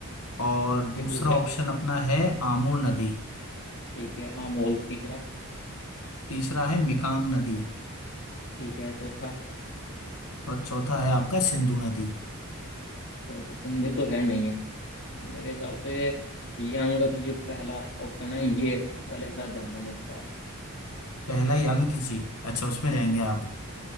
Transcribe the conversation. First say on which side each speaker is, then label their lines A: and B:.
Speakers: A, on the left; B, on the left.
A: और
B: फिर
A: दूसरा
B: दूसरा
A: ऑप्शन अपना है आमूर नदी
B: ठीक है अमोल तीसरा
A: तीसरा है मिकांग नदी
B: ठीक है चौथा
A: और चौथा है आपका सिंधु नदी
B: चलो सिंधु तो खैर नहीं है मेरे हिसाब से यंगत जी पहला ऑप्शन है ये वाले के साथ जाऊंगा मैं इस बार
A: पहला यांगत्ze जी अच्छा उसमें
B: हम्म
A: जाएंगे आप